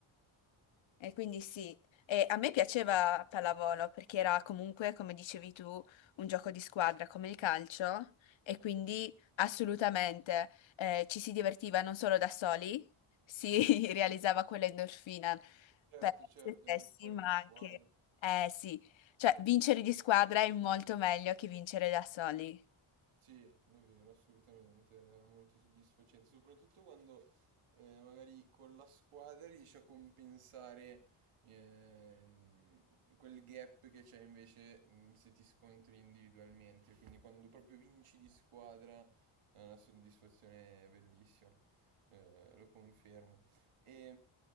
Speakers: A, on the left; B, on the right.
A: E quindi sì, e a me piaceva pallavolo perché era comunque, come dicevi tu, un gioco di squadra come il calcio e quindi assolutamente eh, ci si divertiva non solo da soli, si <laughs> realizzava quell'endorfina
B: Certo,
A: per
B: certo,
A: se stessi,
B: è uno sport
A: ma
B: di squadra.
A: anche, eh sì, cioè vincere di squadra è molto meglio che vincere da soli.
B: Sì, è vero, assolutamente, è molto soddisfacente, soprattutto quando eh, magari con la squadra riesci a compensare eh, il- quel gap che c'è invece mm, se ti scontri individualmente, quindi quando proprio vinci di squadra è una soddisfazione bellissima, eh, lo confermo. E,